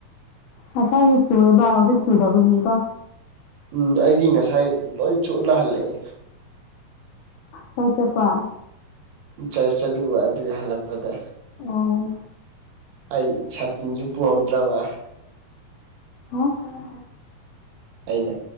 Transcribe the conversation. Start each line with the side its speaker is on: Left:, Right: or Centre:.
Left: ꯉꯁꯥꯏꯗꯤ ꯆꯨꯌꯦꯕ ꯍꯧꯖꯤꯛ ꯆꯨꯗꯕꯒꯤꯀꯣ
Right: ꯎꯝ ꯑꯩꯗꯤ ꯉꯁꯥꯏ ꯂꯣꯏ ꯆꯣꯠꯂ ꯍꯜꯂꯛꯑꯦ
Left: ꯀꯣꯛ ꯆꯣꯠꯄꯔ
Right: ꯆꯔ ꯆꯠꯂꯨꯕ ꯑꯗꯨꯒꯤ ꯍꯜꯂꯛꯄꯗ
Left: ꯑꯣ
Right: ꯑꯩ ꯁꯥꯇꯤꯟꯁꯨ ꯄꯨꯍꯧꯗ꯭ꯔꯕ
Left: ꯑꯁ
Right: ꯑꯩꯅ